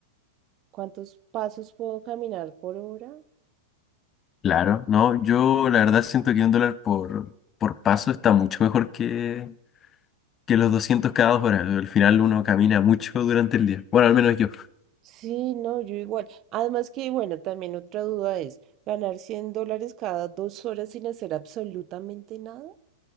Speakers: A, on the right; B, on the left.
A: cuántos pasos puedo caminar por hora.
B: Claro, no, yo la verdad siento que un dólar por, por paso está mucho mejor que, que los 200 cada dos horas. Al final uno camina mucho durante el día. Bueno, al menos yo.
A: Sí, no, yo igual. Además que, bueno, también otra duda es, ¿ganar 100 dólares cada dos horas sin hacer absolutamente nada?